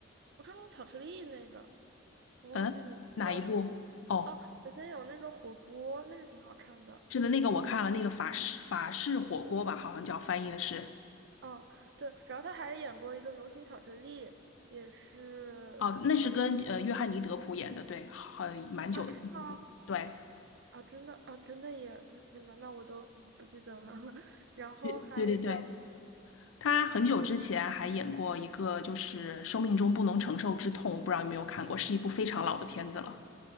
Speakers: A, on the right; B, on the left.
A: 我看过巧克力那个，我忘记名字叫什么。
B: 嗯，哪一部？哦，
A: 哦，北先有那个火锅，那个挺好看的。
B: 是的，那个我看了，那个法式法式火锅吧，好像叫翻译的是，
A: 嗯，对，然后他还演过一个《流行巧克力》，也是
B: 哦，那是跟呃约翰尼·德普演的，对，很蛮久的片子，
A: 啊，是吗？
B: 对。
A: 啊，真的啊，真的耶！天呐，那我都嗯不记得了。<laughs> 然后还有
B: 对对对对，他很久之前还演过一个，就是《生命中不能承受之痛》，不知道有没有看过，是一部非常老的片子了。